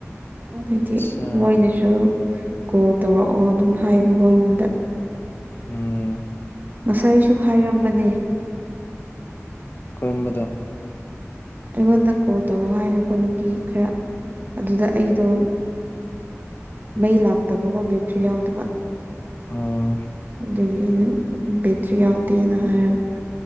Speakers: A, on the right; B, on the left.
A: ꯍꯥꯏꯗꯤ
B: ꯑꯠꯁꯥ
A: ꯃꯣꯏꯅꯁꯨ ꯀꯣꯜ ꯇꯧꯔꯛꯑꯣ ꯑꯗꯨꯝ ꯍꯥꯏꯕꯀꯣ ꯑꯩꯉꯣꯟꯗ
B: ꯎꯝ
A: ꯉꯁꯥꯏꯁꯨ ꯍꯥꯏꯔꯝꯕꯅꯦ
B: ꯀꯔꯝꯕꯗꯣ
A: ꯑꯩꯉꯣꯟꯗ ꯀꯣꯜ ꯇꯧꯔꯛꯑꯣ ꯍꯥꯏꯅꯀꯣ ꯅꯨꯄꯤ ꯈꯔ ꯑꯗꯨꯗ ꯑꯩꯗꯣ ꯃꯩ ꯂꯥꯛꯇꯕꯀꯣ ꯕꯦꯇ꯭ꯔꯤ ꯌꯥꯎꯗꯕ
B: ꯑꯣ
A: ꯑꯗꯨꯗꯒꯤ ꯑꯩꯅ ꯕꯦꯇ꯭ꯔꯤ ꯌꯥꯎꯗꯦꯅ ꯍꯥꯏꯔꯒ